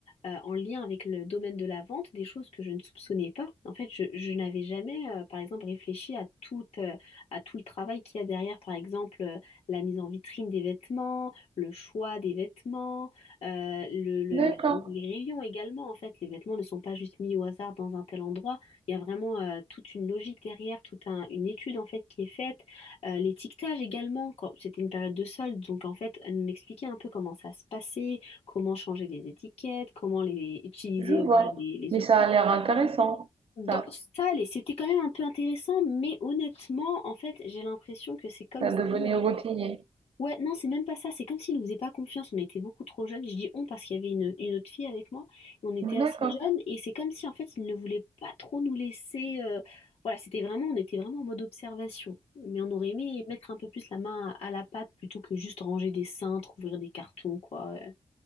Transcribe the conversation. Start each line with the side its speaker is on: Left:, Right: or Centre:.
Left: euh, en lien avec le domaine de la vente, des choses que je ne soupçonnais pas. En fait, je, je n'avais jamais, euh, par exemple, réfléchi à tout, euh, à tout le travail qu'il y a derrière, par exemple, euh, la mise en vitrine des vêtements, le choix des vêtements, euh, le, le-
Right: D'accord,
Left: la- les rayons également. En fait, les vêtements ne sont pas juste mis au hasard dans un tel endroit. Il y a vraiment euh, toute une logique derrière, toute un- une étude en fait qui est faite, Euh, l'étiquetage également, quand c'était une période de solde, donc en fait, elle m'expliquait un peu comment ça se passait, comment changer les étiquettes, comment les utiliser
Right: je vois.
Left: voilà, les, les
Right: Mais
Left: outils.
Right: ça a l'air intéressant,
Left: Dans
Right: ça.
Left: ça, allez, c'était quand même un peu intéressant, mais honnêtement, en fait, j'ai l'impression que c'est comme
Right: Ça
Left: si
Right: devenait
Left: euh,
Right: routinier.
Left: Ouais, non, c'est même pas ça. C'est comme s'il nous faisaient pas confiance. On était beaucoup trop jeunes. Je dis on parce qu'il y avait une, une autre fille avec moi. Et on était
Right: D'accord.
Left: assez jeunes. Et c'est comme si, en fait, ils ne voulaient pas trop nous laisser. euh, Voilà, c'était vraiment, on était vraiment en mode observation. Mais on aurait aimé mettre un peu plus la main à, à la pâte plutôt que juste ranger des cintres, ouvrir des cartons, quoi. euh,